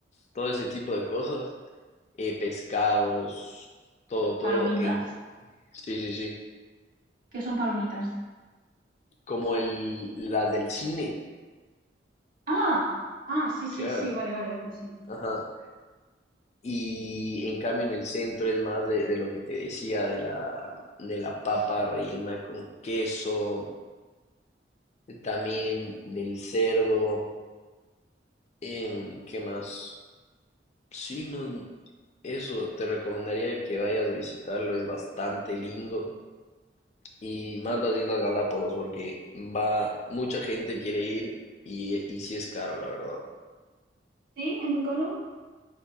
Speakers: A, on the left; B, on the right.
A: todo ese tipo de cosas, eh, pescados, todo, todo
B: ¿Palomitas?
A: en... Sí, sí, sí,
B: ¿Qué son palomitas?
A: como el, las del cine,
B: Ah, ah, sí, sí,
A: claro,
B: sí, vale, vale, vale, sí.
A: ajá. Y en cambio en el centro es más de, de lo que te decía, de la, de la papa rellena con queso, también del cerdo, em, ¿qué más? Sí, man, eso, te recomendaría que vayas a visitarlo, es bastante lindo. Y más
B: Mm.
A: las Islas Galápagos, porque va, mucha gente quiere ir y, y sí es caro, la verdad.
B: ¿Sí? ¿Es muy caro?